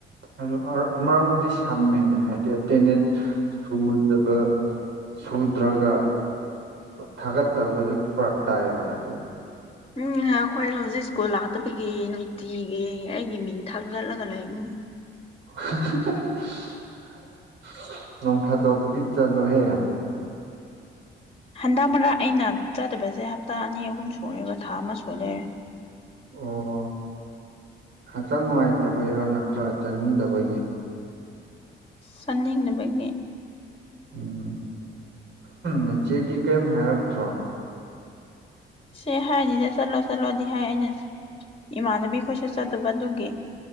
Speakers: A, on the right; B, on the left.
A: ꯑꯗꯨ ꯑꯃꯔꯣꯝꯗꯤ ꯁꯝꯃꯦꯅꯦ ꯍꯥꯏꯗꯤ ꯑꯦꯇꯦꯟꯗꯦꯟꯁ ꯁꯨꯗ ꯁꯨꯗ꯭ꯔꯒ ꯊꯥꯒꯠꯇꯕ ꯐꯔꯥꯛ ꯇꯥꯏꯕ ꯑꯗꯨ
B: ꯎꯝ ꯑꯩꯈꯣꯏ ꯍꯧꯖꯤꯛ ꯁ꯭ꯀꯨꯜ ꯂꯥꯛꯇꯕꯒꯤ ꯅꯨꯡꯇꯤꯒꯤ ꯑꯩꯒꯤ ꯃꯤꯡ ꯊꯛꯂꯠꯂꯒ ꯂꯩ ꯎꯝ
A: <unintelligible> ꯅꯣꯡ ꯐꯥꯗ‌ꯧꯛꯇꯤ ꯆꯜꯂꯣ ꯍꯦ
B: ꯍꯟꯗꯛ ꯃꯔꯛ ꯑꯩꯅ ꯆꯥꯠꯇꯕꯁꯦ ꯍꯞꯇꯥ ꯑꯅꯤ ꯑꯍꯨꯝ ꯁꯨꯨꯔꯦꯕ ꯊꯥ ꯑꯃ ꯁꯨꯨꯔꯦ
A: ꯑꯣ ꯍꯛꯆꯥꯡ ꯅꯨꯡꯉꯥꯏꯇꯕꯩꯔꯥ ꯅꯠꯇ꯭ꯔ ꯆꯠꯅꯤꯡꯗꯕꯒꯤ
B: ꯁꯟꯅꯤꯡꯅꯕꯒꯤ
A: ꯎꯝ ꯅꯆꯦꯗꯤ ꯀꯔꯤꯝ ꯍꯥꯏꯔꯛꯇ꯭ꯔꯣ
B: ꯁꯤ ꯍꯥꯏꯗꯤꯗ ꯆꯠꯂꯣ ꯆꯠꯂꯣꯗꯤ ꯍꯥꯏ ꯑꯩꯅ ꯏꯃꯥꯟꯅꯕꯤ ꯈꯣꯏꯁꯨ ꯆꯠꯇꯕ ꯗꯨꯒꯤ